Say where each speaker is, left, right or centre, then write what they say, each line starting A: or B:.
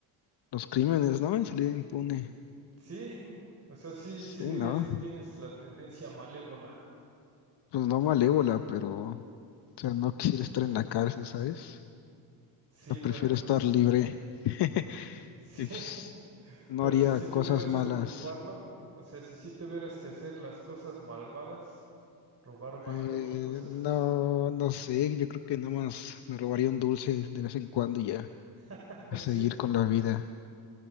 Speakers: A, on the left; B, on the right.
A: los crímenes, ¿no? Y salir impune.
B: Sí, o sea, sí,
A: Sí,
B: sí dirías
A: ¿no?
B: que tienes la tendencia malévola.
A: Pues no malévola, pero O sea, no quiero estar en la cárcel, ¿sabes?
B: Sí,
A: O sea,
B: pero
A: prefiero
B: entonces,
A: estar libre. <laughs>
B: <laughs> sí,
A: Y pues, no
B: pero
A: haría
B: si sí
A: cosas
B: tuvieras
A: malas.
B: que ocuparlo, o sea, si sí tuvieras que hacer las cosas malvadas, robar bancos
A: Eh,
B: o cosas
A: no,
B: así,
A: no sé, yo creo que nomás me robaría un dulce de vez en cuando y ya.
B: <laughs>
A: A
B: sí.
A: seguir con la vida.